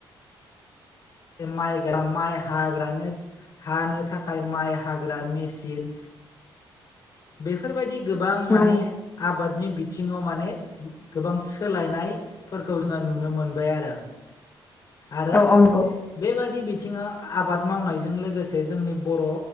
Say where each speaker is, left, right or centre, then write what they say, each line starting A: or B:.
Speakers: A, on the left; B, on the left.
A: माइ माइ हाग्रानो हानो थाखाय माइ हाग्रा मेसिन बेफोरबायदि गोबां माने
B: नं
A: आबादनि बिथिङाव माने गोबां सोलायनाय फोरखौ जोङो नुनो मोनबाय आरो आरो
B: औ औ नंगौ
A: बेबादि बिथिङाव आबाद मावनायजों लोगोसे जोंनि बर'